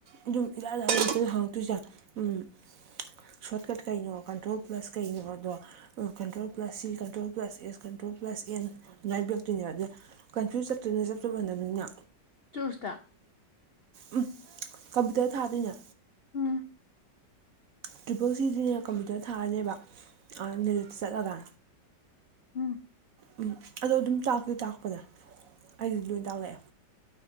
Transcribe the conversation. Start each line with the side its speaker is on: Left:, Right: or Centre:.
Right: ꯑꯗꯨꯝ ꯏꯔꯥꯏ ꯂꯥꯏ ꯂꯅ ꯍꯪꯉꯛꯇꯣꯏꯁꯦ ꯎꯝ ꯁꯣꯔꯠꯀꯠ ꯀꯩꯩꯅꯣ ꯀꯟꯇ꯭ꯔꯣꯜ ꯄ꯭ꯂꯁ ꯀꯩꯩꯅꯣ ꯑꯗꯣ control plus C control plus S control plus N ꯑꯗꯨꯃꯥꯏꯅ ꯄꯕꯤꯔꯛꯇꯣꯏꯅꯦꯕ ꯑꯗ ꯀꯟꯐ꯭ꯌꯨꯁ ꯆꯠꯇꯣꯏ ꯑꯗꯨ ꯆꯞ ꯆ ꯃꯣꯕꯅꯤꯅ
Left: ꯆꯨꯁꯇ
Right: ꯎꯝ ꯀꯝꯄꯌꯨꯇꯔ ꯊꯥꯗꯣꯏꯅꯦ
Left: ꯎꯝ
Right: ꯇ꯭ꯔꯤꯄꯜ ꯁꯤꯁꯤꯅꯦ ꯀꯝꯄ꯭ꯌꯨꯇꯔ ꯊꯥꯑꯅꯦꯕ ꯅꯦꯠꯇ ꯆꯠꯂꯒ
Left: ꯎꯝ
Right: ꯝ ꯑꯗꯣ ꯑꯗꯨꯝ ꯇꯥꯛꯇꯦ ꯇꯥꯛꯄꯅꯦ ꯑꯩꯁꯤꯗꯤ ꯂꯣꯏ ꯇꯥꯛꯂꯛꯑꯦ